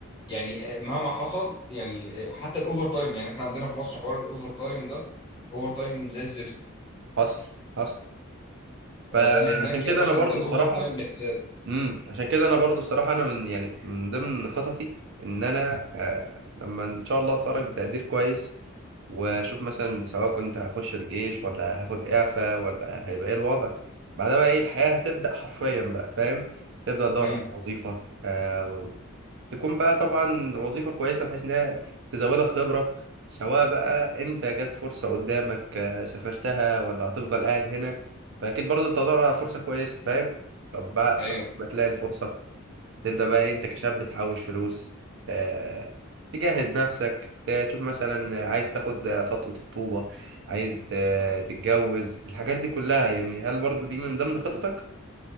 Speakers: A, on the left; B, on the right.
A: يعني آه، مهما حصل يعني آه، حتى الاوفر تايم يعني احنا عندنا في مصر حوار الاوفر تايم ده اوفر تايم زي الزفت
B: حصل حصل فأنا
A: آه، هناك
B: عشان كده
A: يا باشا
B: أنا برضو
A: انت الاوفر
B: الصراحة
A: تايم بحساب
B: امم عشان كده انا برضو الصراحه انا من يعني من ضمن خططي ان انا آه لما ان شاء الله اتخرج بتقدير كويس واشوف مثلا سواء كنت هخش الجيش ولا هاخد اعفاء ولا هيبقى ايه الوضع بعدها بقى ايه الحياة هتبدأ حرفيا بقى فاهم تبدأ تدور
A: امم
B: على وظيفة آه، تكون بقى طبعا وظيفة كويسة بحيث إنها تزودك خبرة سواء بقى أنت جت فرصة قدامك آه، سافرتها ولا هتفضل قاعد هنا فأكيد برضه بتدور على فرصة كويسة فاهم طب بع-
A: ايوه
B: بعد ما تلاقي الفرصة تبدأ بقى إيه، أنت كشاب تحوش فلوس آه، تجهز نفسك ت- تشوف مثلا عايز تاخد خطوة خطوبة عايز ت- تتجوز الحاجات دي كلها يعني هل برضه دي من ضمن خططك؟